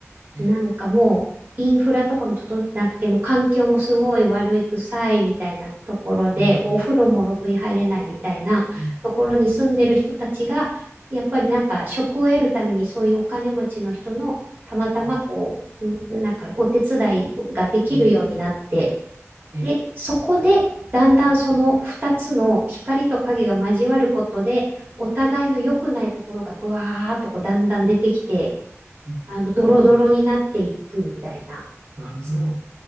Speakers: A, on the right (about 75°); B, on the right (about 40°).
A: ええ、
B: なんかもう、インフラとかも整ってなくて、もう環境もすごい悪い、臭いみたいなところで、
A: うん、
B: もうお風呂もろくに入れないみたいなところに住んでる人たちが、
A: うん、うん、うん、
B: やっぱりなんか職を得るためにそういうお金持ちの人のたまたまこう、
A: うん、
B: んなんかお手伝いができるようになって、
A: うん、ええ、
B: で、そこでだんだんその2つの光と影が交わることで、お互いの良くないところがブワーっとこうだんだん出てきて、
A: うん、
B: あの、
A: うん、
B: ドロドロになっていくみたいな。
A: はい、ガルゾロ。